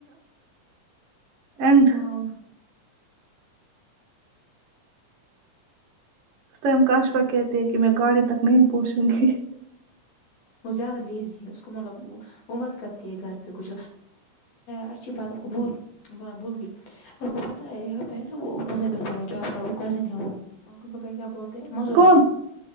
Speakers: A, on the right; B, on the left.
A: اینڈ
B: ہاں
A: اس ٹائم کاشوا کہتے ہیں کہ میں گاڑی تک نہیں پہنچوں گی
B: وہ زیادہ لیزی ہے اس کو مطلب وہ وہ مت کرتی ہے گھر پہ کچھ اچھی بات بول بول بھول گئی آپ کو پتا ہے یہاں پہ ہے نا وہ مزل بھائی ہے جو آپ کا کزن ہے وہ کیا ہیں منظور
A: کون
B: انکل